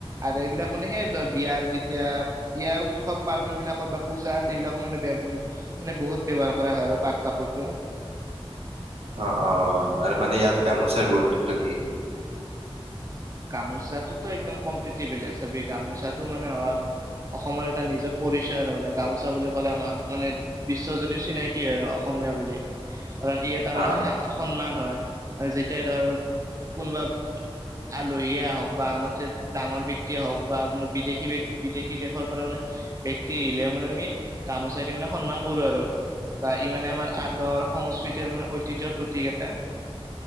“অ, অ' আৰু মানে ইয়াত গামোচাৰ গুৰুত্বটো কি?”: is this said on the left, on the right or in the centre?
Right